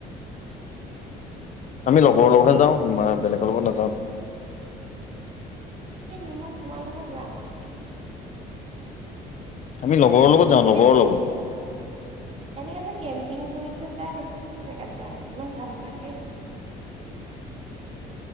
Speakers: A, on the left (about 45°); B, on the right (about 40°).
A: আমি লগৰ লগতহে যাওঁ, মানে বেলেগৰ লগত নাযাওঁ।
B: কিনো মই তোমাৰ লগত যাম আক।
A: আমি লগৰ লগত যাওঁ
B: কেনেকে,
A: লগৰৰ লগত
B: এনেকে যে কেম্পিং কৰি যে যায় সেইবোৰ কি জেগাত যায় ইমান ভাল লাগে